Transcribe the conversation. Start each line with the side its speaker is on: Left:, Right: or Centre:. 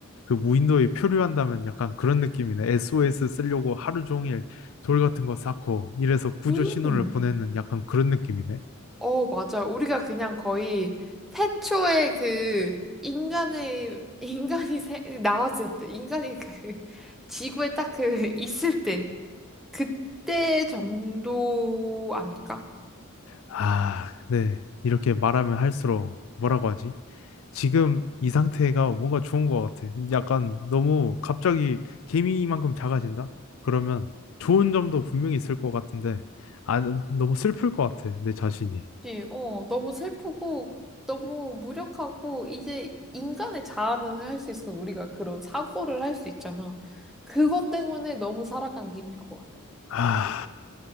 Left: 그 무인도에 표류한다면 약간 그런 느낌이네. SOS 쓰려고 하루 종일 돌 같은 거 쌓고 이래서 구조
Centre: <laughs>
Left: 신호를
Centre: 음,
Left: 보내는 약간 그런 느낌이네.
Centre: 어, 맞아. 우리가 그냥 거의 태초에 그 인간의, 인간이 세- 나왔을 때, 인간이 그 지구에 딱 그 <laughs> 있을 때, 그때 정도 아닐까?
Left: 아, 네. 이렇게 말하면 할수록 뭐라고 하지? 지금 이 상태가 뭔가 좋은 것 같아. 약간 너무 갑자기 개미만큼 작아진다? 그러면 좋은 점도 분명히 있을 것 같은데, 아, 너무 슬플 것 같아. 내 자신이.
Centre: 그치? 어, 너무 슬프고, 너무 무력하고, 이제 인간의 자아는 할 수 있어. 우리가 그런 사고를 할 수 있잖아. 그것 때문에 너무 살아가는 게 힘들 것 같아.
Left: 아,